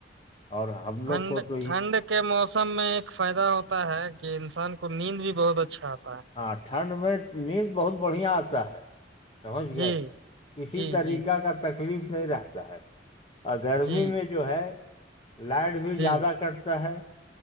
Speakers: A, on the left; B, on the right.
A: اور ہم
B: ٹھنڈ
A: لوگ کو تو
B: ٹھنڈ کے موسم میں ایک فائدہ ہوتا ہے کہ انسان کو نیند بھی بہت اچھا آتا ہے
A: ہاں ٹھنڈ میں نیند بہت بڑھیا آتا ہے سمجھ گئے
B: جی
A: کسی
B: جی
A: طریقہ
B: جی
A: کا تکلیف نہیں رہتا ہے اور گرمی
B: جی
A: میں جو ہے لائٹ بھی
B: جی
A: زیادہ کٹتا ہے